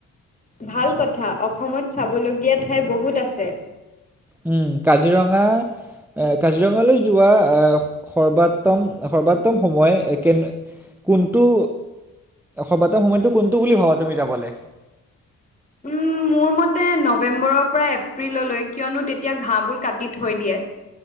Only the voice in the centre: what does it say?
উম কাজিৰঙা এ কাজিৰঙালৈ যোৱা আহ সৰ্বাত্তম সৰ্বাত্তম সময় কে কোনটো সৰ্বাতম সময়তটো কোনটো বুলি ভাবা তুমি যাবলে?